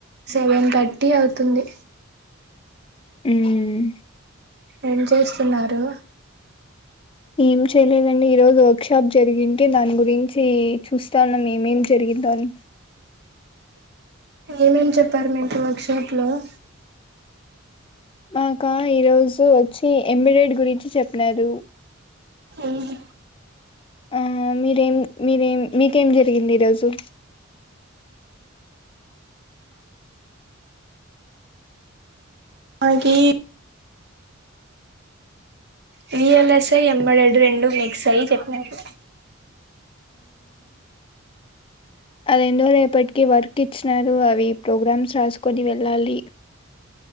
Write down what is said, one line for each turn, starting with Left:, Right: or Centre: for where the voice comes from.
Right: సెవెన్ తట్. టీ అవుతుంది.
Left: హ్మ్.
Right: ఏం చేస్తున్నారు.?
Left: ఏం చేయలేదండి ఈ రోజు వర్క్షాప్ జరిగింటే దాని గురించి చూస్తా ఉన్నాం ఏమేం జరిగిందో అని.
Right: ఏమేం చెప్పారు మీకు వర్క్షాప్లో. !?
Left: మాకా ఈరోజు ఓచ్చి ఎంబిడేడ్ గురించి చెప్పినడూ.
Right: ఆహా.
Left: ఆ మీరేం, మీరేం మీ. కేం జరిగింది ఈరోజు.
Right: మాకీ విఎల్ఎస్ఐ ఎబైడెడు రెండు మిక్సై చెప్పినారు.
Left: అదెందో రేపటికి వర్క్ ఇచ్చినారు అవి ప్రోగ్రామ్స్ రాసుకొని వెళ్ళాలి.